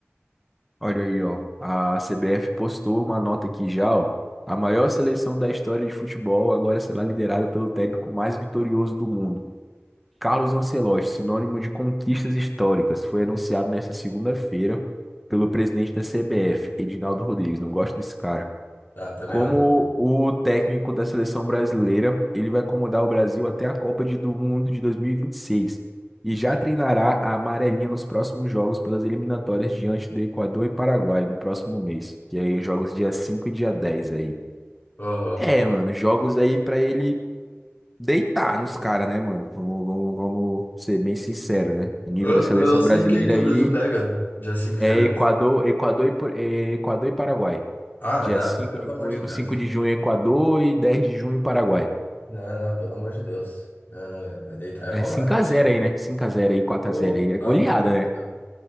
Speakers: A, in the centre; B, on the left (about 50°).
A: Olha aí, ó. A CBF postou uma nota aqui já, ó. A maior seleção da história de futebol agora será liderada pelo técnico mais vitorioso do mundo. Carlos Ancelotti, sinônimo de conquistas históricas, foi anunciado nesta segunda-feira pelo presidente da CBF, Edinaldo Rodrigues. Não gosto desse cara.
B: Ah, também
A: Como
B: não vai ter.
A: o técnico da seleção brasileira, ele vai comandar o Brasil até a Copa de- do Mundo de dois mil e vinte e e seis e já treinará a amarelinha nos próximos jogos pelas eliminatórias diante do Equador e Paraguai no próximo mês, que aí jogos dia 5 e dia 10 aí.
B: Aham.
A: É, mano, jogos aí pra ele deitar nos caras, né, mano? Vamos, vamos, vamos ser bem sincero, né? O nível
B: Eu,
A: da seleção
B: eu não sei
A: brasileira
B: quem é que o
A: aí
B: Brasil pega dia 5 e
A: é
B: dia 10.
A: Equador, Equador e, Por- é Equador e Paraguai.
B: Ah,
A: Dia
B: não,
A: 5
B: pelo
A: de
B: amor
A: junho,
B: de Deus.
A: 5 de junho Equador e 10 de junho Paraguai.
B: Não, não, pelo amor de Deus. Não, não, é pra deitar e
A: É
B: rolar.
A: cinco
B: gente.
A: a zero aí, né? Cinco a zero aí, quatro
B: Pô,
A: a zero aí. É
B: tá
A: goleada,
B: louco,
A: né?